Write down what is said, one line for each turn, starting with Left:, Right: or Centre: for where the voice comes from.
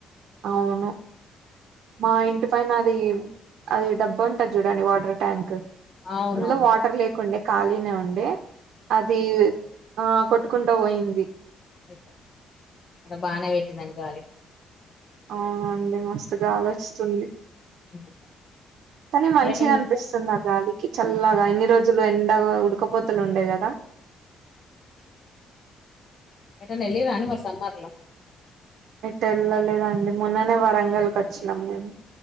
Right: అవును మా ఇంటి పైన అది అది డబ్బు ఉంటది చూడండి వాటర్ ట్యాంక్
Left: అవునవును
Right: అందులో వాటర్ లేకుండే ఖాళీనే ఉండే అది ఆ కొట్టుకుంటా పోయింది.
Left: హలో అక్కడ బానే పెట్టిందంట గాలి
Right: అవునండి మస్తుగాలోచ్చతుంది.
Left: ఉమ్.
Right: కానీ మంచిగా
Left: మరి ఎటన్నా
Right: అనిపిస్తుంది ఆ గాలికి చల్లగా
Left: అవు-
Right: ఇన్ని రోజులు ఎన్ డగో ఉడకపోతలు ఉండేయి కదా
Left: ఏటన్న ఏళ్ళివా నువ్ మరి సమ్మర్ లో
Right: ఎటేళ్ళలేదండి మొన్ననే వరంగల్కి వచ్చినాం మేము.